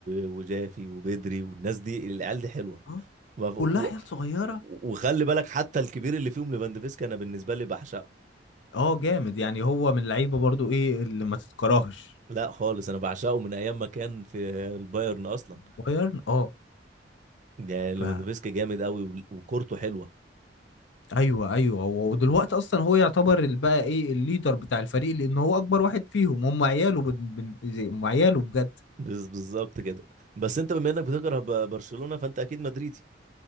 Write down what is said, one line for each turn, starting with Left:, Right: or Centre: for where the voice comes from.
Right: وجافي وبدري والناس دي العيال دي حلوه
Left: آه،
Right: ما ف-
Left: كلها
Right: و...
Left: عيال صغيرة
Right: وخلي بالك حتى الكبير اللي فيهم ليفاندوفسكي انا بالنسبه لي بعشقه
Left: اه جامد يعني هو من اللعيبه برضو ايه اللي ما تتكرهش
Right: لا خالص انا بعشقه من ايام ما كان في البايرن اصلا
Left: بايرن اه
Right: يعني ليفاندوفسكي
Left: ف
Right: جامد قوي وال- وكورته حلوه
Left: ايوه ايوه هو- ودلوقتي اصلا هو يعتبر ال- بقى ايه الليدر بتاع الفريق لان هو اكبر واحد فيهم هم عياله بن... بن... زي- هم عياله بجد
Right: بز- بالظبط كده بس انت بما انك بتكره ب- برشلونه فانت اكيد مدريدي